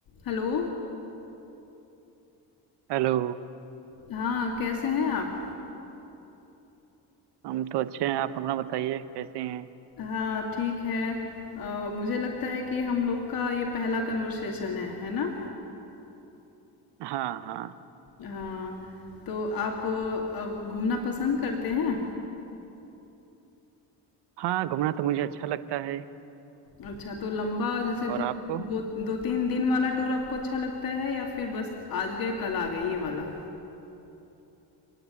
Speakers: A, on the left; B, on the right.
A: Hello
B: Hello
A: हाँ कैसे हैं आप
B: हम तो अच्छे हैं आप अपना बताइए कैसे हैं
A: हाँ ठीक है अ, मुझे लगता है कि हम लोग का ये पहला कन्वर्सेशन है है ना
B: हाँ हाँ
A: हाँ तो आप अ, घूमना पसंद करते हैं
B: हाँ घूमना तो मुझे अच्छा लगता है
A: अच्छा तो लंबा जैसे
B: और
A: कोई
B: आपको
A: दो दो तीन दिन वाला टूर आपको अच्छा लगता है या फिर बस आज गए कल आ गए ये वाला